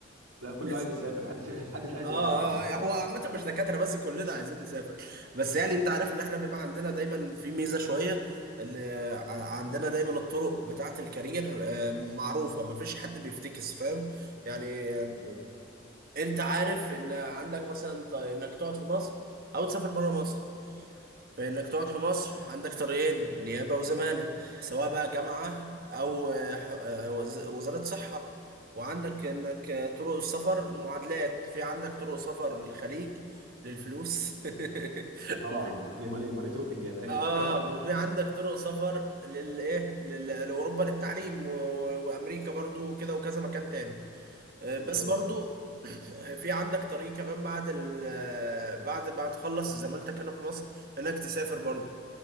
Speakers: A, on the right; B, on the right.
A: لا كله
B: بس
A: عايز يسافر محدش <laughs> محدش عايز
B: اه
A: يقعد
B: اه هو عامه مش دكاتره بس كلنا عايزين نسافر بس يعني انت عارف ان احنا بيبقى عندنا دايما في ميزه شويه ان ع- عندنا دايما الطرق بتاعه الكارير آه، معروفه مفيش حد بيفتكس فاهم يعني
A: بالظبط
B: انت عارف ان عندك مثلا ط- انك تقعد في مصر او تسافر بره مصر فانك تقعد في مصر عندك طريقين نيابه وزماله سواء بقى جامعه او آه، ح- آه، وز- وزاره صحه وعندك انك آه، طرق السفر معادلات في عندك طرق سفر للخليج للفلوس <laughs>
A: طبعا
B: وفي
A: ماني ماني ماني توكينج يا باشا
B: اه وفي
A: <laughs>
B: عندك طرق سفر للايه لل- لاوروبا للتعليم و- و- وامريكا برضو وكده وكذا مكان تاني آه،
A: بالظبط
B: بس برضو <clears throat> في عندك طريق كمان بعد ال آه، بعد ما تخلص زمالتك هنا في مصر انك تسافر برضو